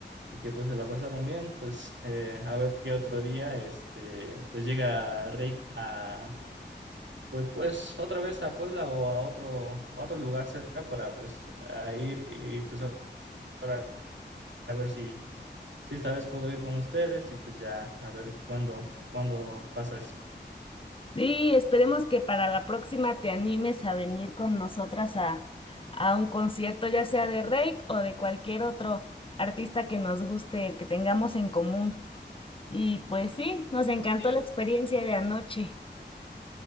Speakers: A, on the right; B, on the left.
A: y que pues se la pasaron bien, pues eh, a ver qué otro día, este, pues llega Rick a pues, pues otra vez a Puebla o a otro, a otro lugar cerca para pues a ir y pues ahora a ver si, si esta vez puedo ir con ustedes y pues ya a ver cuándo, cuándo pasa eso.
B: Sí, esperemos que para la próxima te animes a venir con nosotras a, a un concierto, ya sea de Reik o de cualquier otro artista que nos guste, que tengamos en común. Y pues sí, nos encantó
A: Sí,
B: la experiencia de anoche.